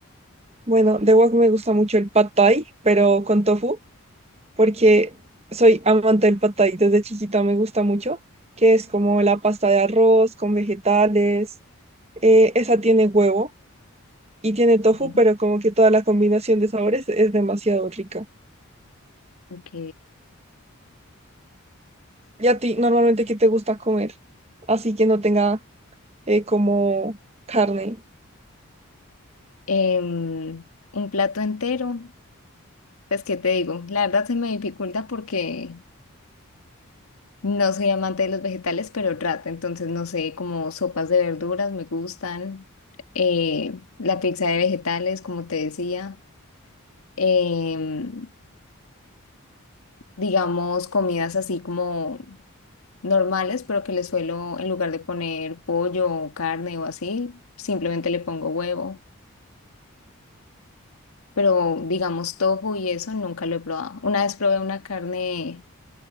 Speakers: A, on the right; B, on the left.
A: Bueno, de wok me gusta mucho el pad thai, pero con tofu, porque soy amante del pad thai desde chiquita, me gusta mucho, que es como la pasta de arroz con vegetales. eh, esa tiene huevo y tiene tofu,
B: Ujú.
A: pero como que toda la combinación de sabores es demasiado rica.
B: Ok.
A: ¿Y a ti normalmente qué te gusta comer? Así que no tenga eh, como carne.
B: Em, un plato entero. Pues, ¿qué te digo? La verdad se me dificulta porque no soy amante de los vegetales, pero trato. Entonces, no sé, como sopas de verduras me gustan, eh, la pizza de vegetales, como te decía, em, digamos, comidas así como normales, pero que le suelo, en lugar de poner pollo o carne o así, simplemente le pongo huevo. Pero, digamos, tofu y eso nunca lo he probado. Una vez probé una carne